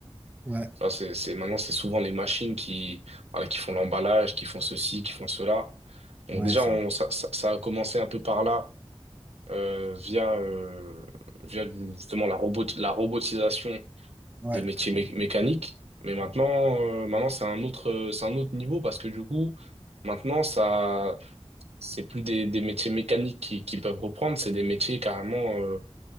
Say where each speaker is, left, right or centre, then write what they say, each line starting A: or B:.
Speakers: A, on the right (about 15°); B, on the right (about 75°).
A: Ouais,
B: Enfin, c'est, c'est, maintenant c'est souvent les machines qui, voilà, qui font l'emballage, qui font ceci, qui font cela. Donc
A: ouais,
B: déjà,
A: c'est
B: on,
A: vrai.
B: ça, ça, ça a commencé un peu par là euh, via, euh, via justement la robot, la robotisation
A: Ouais,
B: des métiers mé- mécaniques. Mais maintenant, euh, maintenant c'est un autre, euh, c'est un autre niveau parce que du coup, maintenant, ça, c'est plus des, des métiers mécaniques qui, qui peuvent reprendre, c'est des métiers carrément euh,